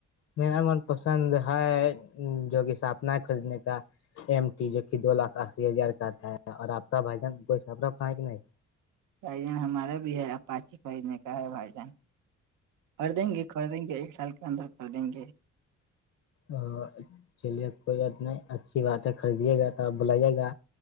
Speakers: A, on the left; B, on the right.
A: میرا من پسند ہے جو کہ ساپنا ہے خریدنے کا ایم ٹی جو کہ دو لاکھ اسی ہزار کا تھا ہے اور آپ کا بھجن کوئی سفر ہے کہ نہیں
B: بھائی جان ہمارا بھی ہے اپاچی خریدنے کا ہے بھائی جان خ دیں گے خدیں گے ایک سال کے اندر خدیں گے
A: ا چلیے کوئی بات نہیں اچھی بات ہے خریدیے گا تو بلائیے گا